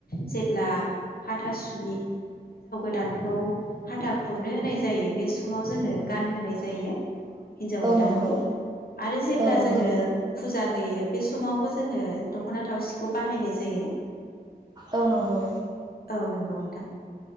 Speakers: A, on the left; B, on the right.
A: जेब्ला हाथा सु गोदानखौ हाथा खुरनो होनाय जायो बे समाव जोङो गानहोनाय जायो हिनजाव
B: औ
A: गोदानखौ
B: नंगौ
A: आरो जेब्ला
B: औ नंगौ
A: जोङो फुजा होयो बे समावबो जोङो दख'ना थावसिखौ बाहायनाय जायो।
B: औ नंगौ
A: ओ औ नंगौ। <unintelligible>